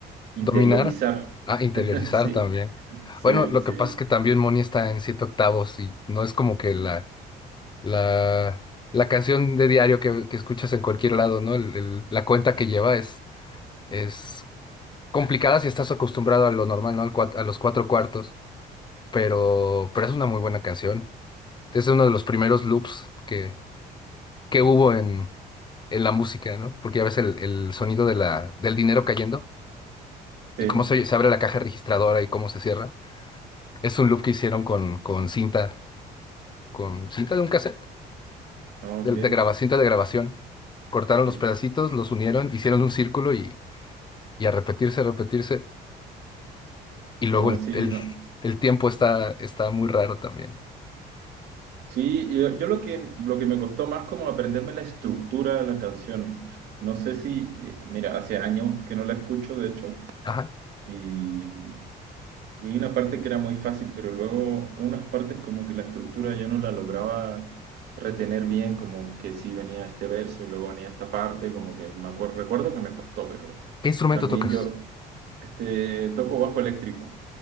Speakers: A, on the right; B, on the left.
A: interiorizar.
B: Dominar. Ah, interiorizar
A: <laughs> Sí,
B: también.
A: sí,
B: Bueno, lo
A: sí,
B: que pasa es que también Moni está en siete octavos y no es como que la la, la canción de diario que, que escuchas en cualquier lado, ¿no? El- el- la cuenta que lleva es, es complicada si estás acostumbrado a lo normal, ¿no? Al cua- a los cuatro cuartos, pero, pero es una muy buena canción. Es uno de los primeros loops que, que hubo en, en la música, ¿no? Porque ya ves el, el sonido de la, del dinero cayendo
A: sí,
B: y cómo se, se abre la caja registradora y cómo se cierra. Es un loop que hicieron con, con cinta, con cinta de un cassette.
A: ok,
B: de, de graba- cinta de grabación. Cortaron
A: sí.
B: los pedacitos, los unieron, hicieron un círculo y, y a repetirse, a repetirse. Y luego
A: No,
B: el,
A: sí,
B: el,
A: no.
B: el tiempo está, está muy raro también.
A: Sí, yo, yo lo que, lo que me costó más como aprenderme la estructura de la canción. No sé si, eh, mira, hace años que no la escucho, de hecho,
B: Ajá.
A: y, y hay una parte que era muy fácil, pero luego unas partes como que la estructura yo no la lograba retener bien, como que sí venía este verso y luego venía esta parte, como que me acuerdo, recuerdo que me costó, pero
B: ¿Qué instrumento
A: también
B: tocas?
A: yo, este, toco bajo eléctrico.